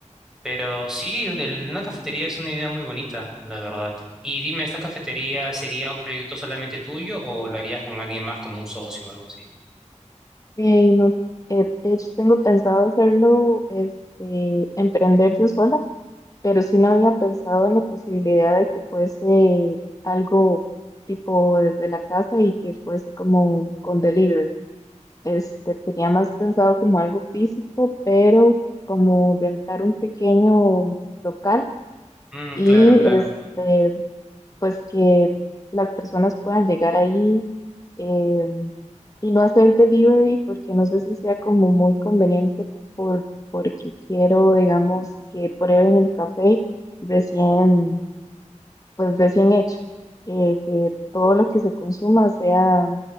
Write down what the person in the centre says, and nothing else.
Pero sí, el- una cafetería es una idea muy bonita, la verdad. Y dime, ¿esta cafetería sería un proyecto solamente tuyo o lo harías con alguien más como un socio o algo así?
Mm,
claro, claro.